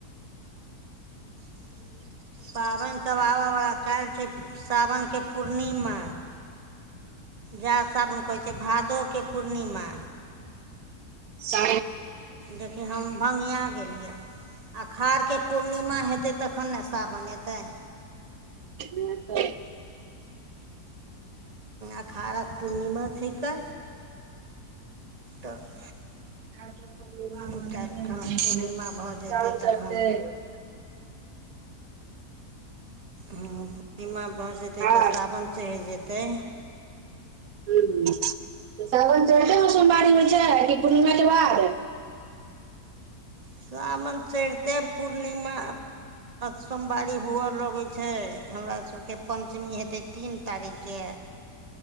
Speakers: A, on the right; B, on the right.
A: पाबनिसभ आबयवला काल्हि छै सावनके पूर्णिमा जा साबन कहै छै भादो के पूर्णिमा
B: सा
A: देखि हम भँगिया गेल यऽ आषाढ़के पूर्णिमा हेतै तखन ने साबन एतै
B: ह तऽ
A: अखाड़क पूर्णिमा छिकै तऽ
B: खाटल पल
A: काल्हि खन
B: ग
A: पूर्णिमा
B: चउल
A: भऽ जेतै
B: चढ़तै
A: तखन हँ पूर्णिमा भऽ जेतै
B: खाट
A: तऽ सावन चढ़ि जेतै
B: ह सावन चढिते सोमवारी होइ छै कि पूर्णिमाक के बाद
A: सावन चढिते पूर्णिमा सोमवारी हुअ लगैत छै हमरा सबके पञ्चमी हेतै तीन तारीखके